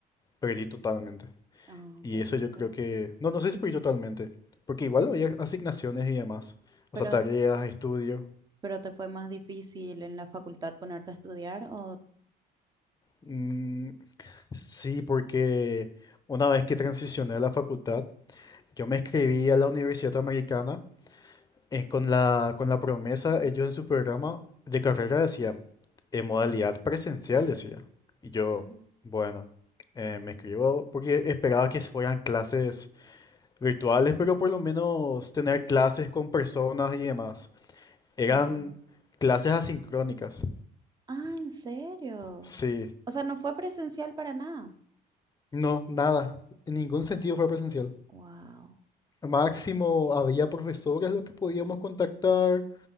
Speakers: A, on the left (about 25°); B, on the right (about 25°).
A: perdí totalmente.
B: Ah,
A: Y
B: perdiste.
A: eso yo creo que, no, no sé si por ir totalmente, porque igual había asignaciones y demás, o
B: Pero,
A: sea, tareas, estudio.
B: pero ¿te fue más difícil en la facultad ponerte a estudiar o...?
A: Mm, sí, porque una vez que transicioné a la facultad, yo me inscribí a la Universidad Americana eh, con la, con la promesa, ellos en su programa de carrera decían, en modalidad presencial, decía. Y yo,
B: Ujú,
A: bueno, eh, me escribo porque esperaba que fueran clases virtuales, pero por lo menos tener clases con personas y demás. Eran
B: Claro.
A: clases asincrónicas.
B: Ah, ¿en serio?
A: Sí.
B: O sea, no fue presencial para nada.
A: No, nada. En ningún sentido fue presencial.
B: Wow.
A: Máximo había profesores lo que podíamos contactar.